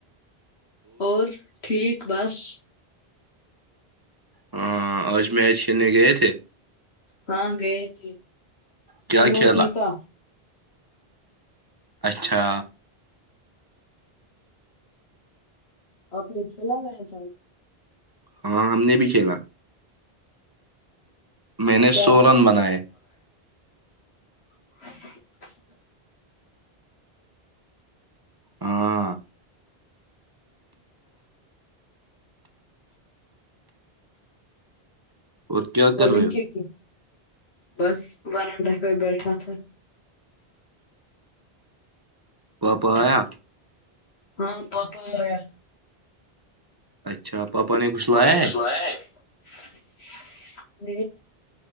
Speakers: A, on the left (about 85°); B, on the right (about 20°).
A: اور ٹھیک بس
B: ہاں آج میچ کھیلنے گئے تھے
A: ہاں گئے تھ
B: کیا
A: ہم نے
B: کھیلا
A: جیتا
B: اچھا
A: اپنے کھیلا میں چ
B: ہاں ہم نے بھی کھیلا میں نے
A: کیا
B: سو رن بنائے
A: <unintelligible>
B: ہاں اور کیا
A: وہ
B: کر
A: نک
B: رہے ہو
A: کی بس وارانڈہ پہ بیٹھا تھا
B: وپ آیا
A: ہاں بہپ ہویا
B: اچھا پاپا نے کچھ لایا
A: پانی کس ل ہے <unintelligible> ا